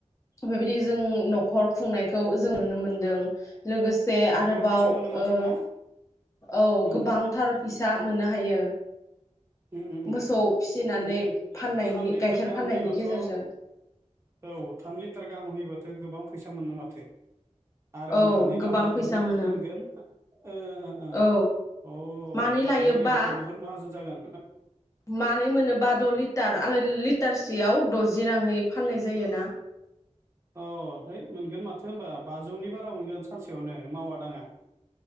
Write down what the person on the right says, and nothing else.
बिराद फैसा मोनो माथो
ना
उम
उम उम उम।
दे
थाम लिटार
गाहाम
होयोबाथ'
औ थाम लिटार गाहाम होयोबा गोबां फैसा मोनो माथो। आरो
मानै
लाब्ला
बुहुद
मोनगोन उ उ
उ अ
बेबायदिबाथ' बुहुद माहाजोन जागोन।
अ है मोनगोन मा- थो होनबा बाजौनि बा रा मोनगोन सानसेयावनो मावा दाङा